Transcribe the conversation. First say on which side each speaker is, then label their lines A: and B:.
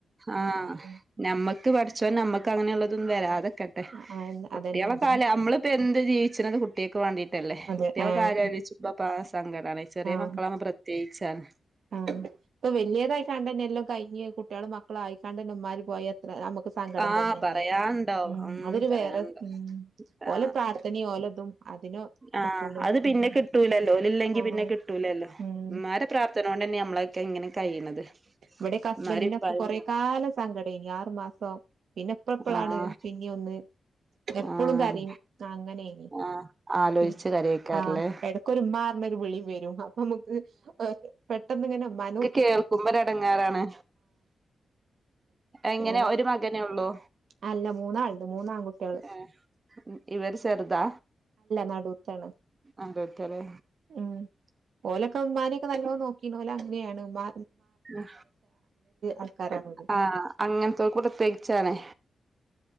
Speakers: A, on the right; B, on the right.
A: ആഹ്
B: സങ്കടം.
A: നമ്മക്ക് പഠച്ചോൻ ന മ്മക്ക് അങ്ങനെള്ളതൊന്നും വരാതക്കെട്ടെ
B: ആഹ്
A: കുട്ടികളെ
B: അതന്നെ അതന്നെ
A: കാല നമ്മളിപ്പോ എന്ത് ജീവിച്ച്ണത് കു കുട്ട്യേക്ക്‌ വാണ്ടീട്ടല്ലേ
B: അതെ
A: കുട്ടികളെ
B: ആഹ്
A: കാര്യം ആലോയ്ച്ചുമ്പൊപ്പാ സങ്കടാണെയ് ചെറിയ
B: ആഹ്
A: മക്കളാവുമ്പോ പ്രത്യേയിച്ചാണ്.
B: ആഹ് ഇപ്പൊ വല്ല്യേതായിക്കാണ്ടന്നെ എല്ലോം കയ്ഞ്ഞ് കുട്ട്യോളും മക്കളും ആയിക്കാണ്ടന്നെ ഉമ്മാര് പോയ എത്ര നമുക്ക് സങ്കടം
A: ആ
B: തന്നെയല്ലേ
A: പറയാണ്ടോ
B: ഉം
A: ഹം
B: അതൊരു
A: പറയാണ്ടോ
B: വേറെ ഉം
A: ആ.
B: ഓലെ പ്രാർത്ഥനയും ഓലതും അതിന്
A: ആ
B: ഒക്കൂല
A: അത്
B: ഉം
A: പിന്നെ കിട്ടൂലല്ലോ ഓല്ല്ലെങ്കി
B: ആഹ്
A: പിന്നെ കിട്ടൂലല്ലോ
B: ഉം
A: മ്മാരെ പ്രാർത്ഥന അതോണ്ടന്നേ നമ്മളക്കേ ഇങ്ങനെ കഴിയണത്
B: ഇവിടെക്കെ ഹസ്ബന്റിനൊക്കെ
A: ഉമ്മാരേം ഉപ്പാരേം
B: കുറേക്കാലംസങ്കടേനി
A: പ്രാർത്ഥന
B: ആ മാസം പിന്നെ ഇപ്പ ഇപ്പളാണ്
A: ആഹ്
B: പിന്നിം ഒന്ന് എപ്പളും
A: ആഹ്
B: കരിം ആ അങ്ങനെ ങ്ങനേനി
A: ആഹ് ആലോചിച്ച്
B: പി
A: കരയേക്കാരല്ലേ
B: ആ എടക്കരു മ്മാറഞ്ഞരു വിളി വരും. നമുക്ക് പെട്ടെന്ന് ഇങ്ങനെ മ്മാനോ
A: കേൾക്കുമ്പോരു എടങ്ങേറാണ് എങ്ങനെ
B: ഓലെ
A: ഒരു മകനെ ഉള്ളൂ
B: അല്ല മൂന്നാളുണ്ട് മൂന്ന് ആൺകുട്ടിള്
A: ഏഹ് ഇവര് ചെറുതാ
B: നടൂത്താണ്
A: ആദ്യത്തേലേ
B: ഉം ഓലൊക്കെ ഉമ്മാനെക്കെ നല്ലോ നോക്കിണ് ഓല് അങ്ങനെയണ് ഉമ്മാ
A: ഉം
B: ആൾക്കാരാണ് ഓല്
A: ആ അങ്ങനത്തോൽക്ക് പ്രത്യേകിച്ചാണെ